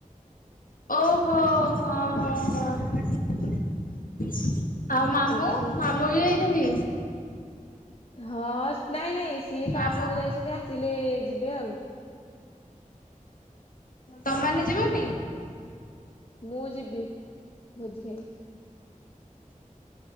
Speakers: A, on the left; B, on the left.
A: ଓହୋ ହଁ ହଁ। ଆଉ ମାମୁଁ,
B: ଭୋଜି
A: ମାମୁଁ ବି ଯାଇଚନ୍ତି।
B: ହଁ, ନାଇଁ ନାଇଁ ସିଏ
A: ମାମୁଁ
B: କାମକୁ ଯାଇସନ୍ତି ଆସିଲେ ଯିବେ ଆଉ।
A: ତମମାନେ ଯିବନି?
B: ମୁଁ ଯିବି ଭୋଜି ଖାଇ।